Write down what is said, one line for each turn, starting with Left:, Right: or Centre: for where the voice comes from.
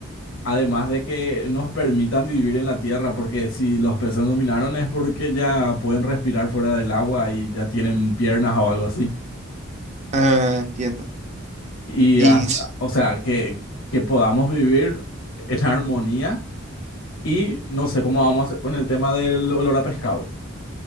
Left: Además de que nos permitan vivir en la tierra, porque si los peces dominaron es porque ya pueden respirar fuera del agua y ya tienen piernas o algo así.
Right: Ah, entiendo.
Left: Y,
Right: Y
Left: ah,
Right: s-
Left: o sea, que, que podamos vivir en armonía y no sé cómo vamos a hacer con el tema del olor a pescado.